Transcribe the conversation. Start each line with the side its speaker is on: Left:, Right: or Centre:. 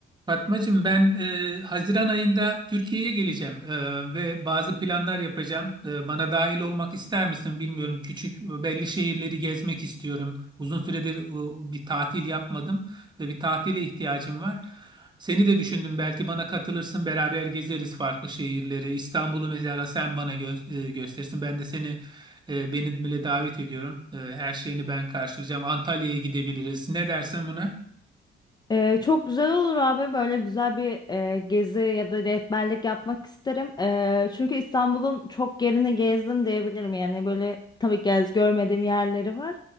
Right: Fatmacığım ben e, Haziran ayında Türkiye'ye geleceğim e, ve bazı planlar yapacağım. E, bana dahil olmak ister misin bilmiyorum. Küçük e, belli şehirleri gezmek istiyorum. Uzun süredir e, bir tatil yapmadım ve bir tatile ihtiyacım var. Seni de düşündüm belki bana katılırsın beraber gezeriz farklı şehirleri. İstanbul'u mesela sen bana gö- e, gösterirsin. Ben de seni e, beni bile davet ediyorum. E, her şeyini ben karşılayacağım. Antalya'ya gidebiliriz. Ne dersin buna?
Left: Ee, çok güzel olur abi böyle güzel bir e, gezi ya da rehberlik yapmak isterim. Ee, çünkü İstanbul'un çok yerini gezdim diyebilirim yani böyle tabii gez görmediğim yerleri var.